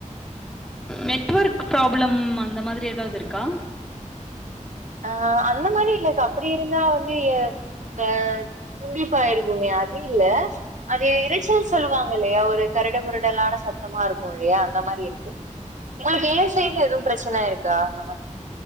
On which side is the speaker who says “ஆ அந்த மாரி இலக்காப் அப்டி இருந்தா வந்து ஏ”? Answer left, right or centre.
Right